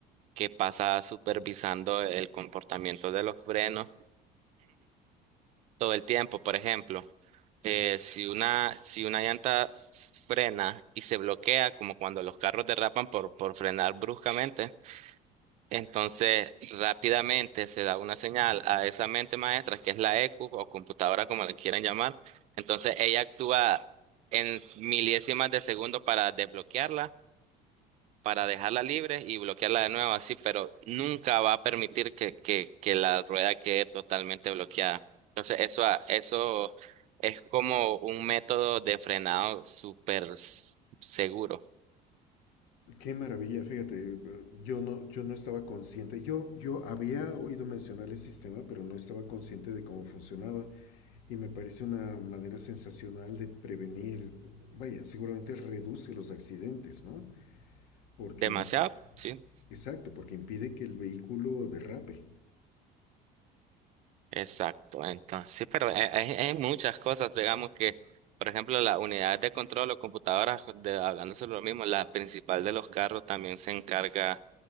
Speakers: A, on the right; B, on the left.
A: que pasa supervisando el comportamiento de los frenos todo el tiempo, por ejemplo. Eh, si una, si una llanta s- frena y se bloquea, como cuando los carros derrapan por, por frenar bruscamente, entonces rápidamente se da una señal a esa mente maestra, que es la EQ o computadora, como le quieran llamar. Entonces ella actúa en s- milésimas de segundo para desbloquearla para dejarla libre y bloquearla de nuevo así, pero nunca va a permitir que, que, que la rueda quede totalmente bloqueada. Entonces, eso, a- eso es como un método de frenado súper s- seguro.
B: Qué maravilla, fíjate, eh, yo no, yo no estaba consciente, yo, yo había oído mencionar el sistema, pero no estaba consciente de cómo funcionaba y me parece una manera sensacional de prevenir, vaya, seguramente reduce los accidentes, ¿no? Porque,
A: Demasiado,
B: impi-
A: sí,
B: exacto, porque impide que el vehículo derrape.
A: exacto. Entonces, sí, pero hay, hay- hay muchas cosas, digamos que, por ejemplo, la unidad de control o computadoras, de, hablando sobre lo mismo, la principal de los carros también se encarga